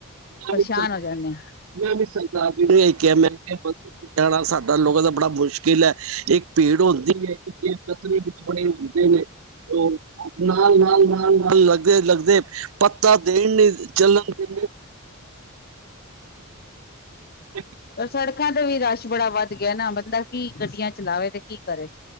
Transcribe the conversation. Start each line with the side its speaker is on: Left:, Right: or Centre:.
Right: ਮੈਂ
Left: ਪਰੇਸ਼ਾਨ
Right: ਵੀਸਲ
Left: ਹੋ
Right: ਬਾਈ
Left: ਜਾਂਦੇ ਹਾਂ।
Right: ਮੈਂ ਵੀਸਲ ਦਾ ਅਜ ਉਵੇਂ ਈ ਕਿਐ ਮੈਂ ਬਸ ਜਾਣਾ ਸਾਡਾ ਲੋਕਾਂ ਦਾ ਬੜਾ ਮੁਸ਼ਕਿਲ ਐ, ਇੱਕ ਭੀੜ ਹੁੰਦੀ ਏ ਕਿ ਜੇਬ ਕਤਰੇ ਵਿੱਚ ਬੜੇ ਨੇ। ਨਹੀਂ ਨਹੀਂ ਔ ਅਪਣਾ ਨਾਲ ਨਾਲ ਨਾਲ ਨਾਲ ਲੱਗੇ ਲੱਗਦੇ ਪਤਾ ਦੇਣ ਨੀ ਚੱਲਣ ਦੇ <unintelligible>
Left: ਰ ਸੜਕਾਂ ਤੇ ਵੀ ਰਸ਼ ਬੜਾ ਵੱਧ ਗਿਆ ਨਾ ਬੰਦਾ ਕੀ ਗੱਡੀਆਂ ਚਲਾਵੇ ਤੇ ਕੀ ਕਰੇ